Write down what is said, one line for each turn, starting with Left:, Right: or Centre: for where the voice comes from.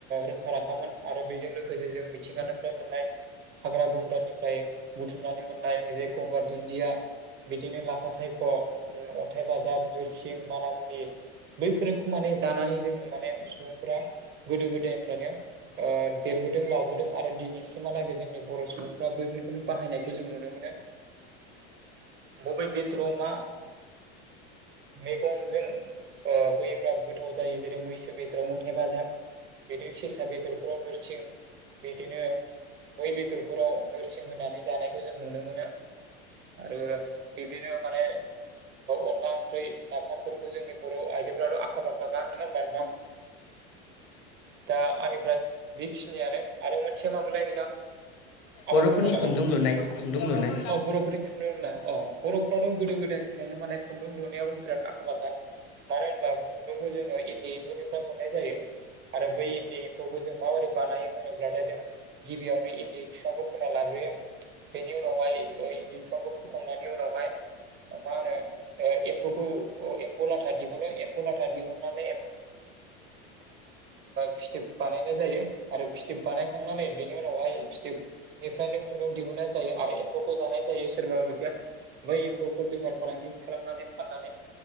Right: रोंखा राखामोन आरो बेजों लोगोसे जों मिथिंगानिफ्राय मोननाय हाग्रा बंग्रानिफ्राय बुथुमनानै मोननाय जे गंगार दुन्दिया बिदिनो लाफा सायख' अन्थाइ बाजाब नोरसिं मानामुनि बैखौ माने जानानै जों माने सुबुंफोरा गोदो गोदायनिफ्रायनो देरबोदों लबोदों आरो दिनैसिम महालागै जोंनि बर' सुबुंफ्रा बैफोरखौनो बाहायनायखौ जों नुनो मोनो। मबे बेदराव मा मैगंजों होयोब्ला गोथाव जायो जेरै मैसो बेद बेदराव अन्थाइ बाजाब बिदिनो सेसा बेदरफोराव नोरसिं बिदिनो मै बेदरफोराव नोरसिं होनानै जानायखौ जों नुनो मोनो। आरो बिदिनो माने अनला ओंख्रि नाफामफोरखौ जोंनि बर' आइजोफोराथ' आखा फाखाखा नङा होनबा नोंथां दा आंनिफ्राय बेखिनियानो आरो मोनसेया मा मोनलाय?
Left: बर'फोरनि
Right: आबाद मावनाय नामा
Left: खुन्दुं लुनाय खुन्दुं लुनाय
Right: बर'फोरनि खुंन्दुंनाय अ बर' थ' गोदो गोदायनिफ्रायनो माने खुन्दुं लुनायावबो बिराद आखा फाखा मानो होनोबा खुन्दुंखौ जो इनि नो मोननाय जायो आरो बै इन्दि एम्फौखौ जों माबोरै बानायो होनोब्लाथाय जों गिबियावनो इन्दि बिफांखौ फोना लाग्रोयो बेनि उनावहाय इन्जेकसनखौ फोखांनायनि उनावहाय मा होनो एम्फखौ एम्फौ लाथा दिहुनो एम्फौ लाथा दिहुननानै फिथोब बानायनाय जायो आरो फिथोब बानायखांनानै बे बेनि उनावहाय फिथोबनिफ्रायनो खुन्दुं दिहुननाय जायो आरो एम्फौखौ जानाय जायो सोरबा बायदिया बै एम्फौखौ बेफार फालांगि खालामनानै फाननानै